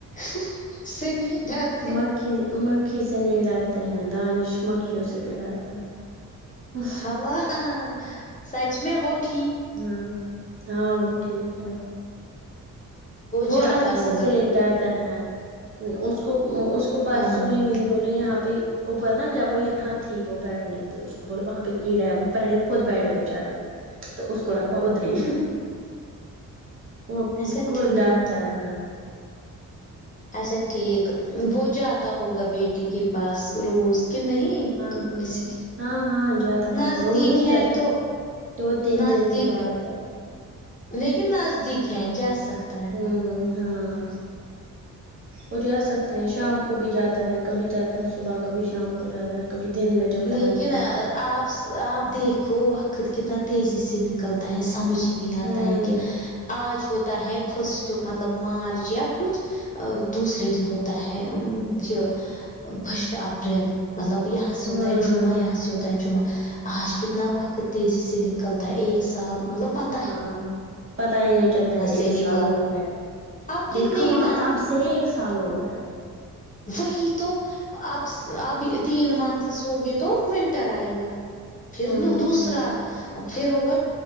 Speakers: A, on the left (about 25°); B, on the right (about 40°).
A: اس سے نہیں ڈرتے
B: مکھی یہ مکھی سے نہیں ڈرتے ہیں دانش مکھیوں سے بھی ڈرتا ہے
A: ہلا ہاں ہاں سچ میں وت
B: ہاں ہاں وہ ٹھیک ہے وہ
A: جاتا
B: ہر کسی
A: ہوگا
B: سے ڈرتا ہے اس اس کو پرسوں
A: ہاں
B: بھی میں نے بولا یہاں پہ اوپر نہ جب وہ یہاں تھی وہ پرگنانٹ تو اس کو بولا وہاں پہ کیڑا ہے وہ پہلے خود بیڈ پہ چڑھا تو اس کو رکھا ادری وہ کیسکو
A: اچھا ٹھیک
B: ڈر تا ہے
A: اچھا ٹھیک وہ جو آتا ہوگا بیٹی کے پاس روز کہ نہیں
B: ہاں
A: کسی کی
B: ہاں ہاں جاتا
A: نزدیک
B: ہے روز نہیں
A: ہیں
B: جاتا
A: تو
B: دو تین
A: نزدیک
B: دن کے بعد جاے
A: لیکن نزدیک ہیں جا سکت
B: ھممم ہاں وہ جا سکتے ہیں شام کو بھی جاتا ہے کبھی جاتے ہیں صبح کبھی شام کو جاتا ہے کبھی دن میں جب
A: لیکن
B: ٹائم ملے
A: آپ
B: گا
A: آپ دیکھو وقت کتنا تیزی سے نکلتا ہے سمجھ نہیں آتا
B: ہوں
A: ہے کہ آج ہوتا ہے فرسٹ مطلب مارچ یا کچھ دوسرے دن ہوتا ہے یہ فرسٹ اپریل مطلب یہاں سے
B: ہاں
A: تاۓ جمعہ یہاں سے یوتا ہے جمعہ آج کتنا وقت تیزی سے نکلتا ہے ایک سال مطلب پت
B: ہاں پتا ہی نہیں چلتا
A: سے
B: ایک
A: نکلا
B: سال ہو گیا
A: آپ کتنے
B: دیکھو
A: ہی
B: وہاں
A: مان
B: تب سے ایک سال ہو گیا
A: وہی تو اب اب تین منتھس ہوں گے تو ونٹر آئے گا پھر
B: ہوں
A: دوسرا
B: ہ
A: پھر ہوگا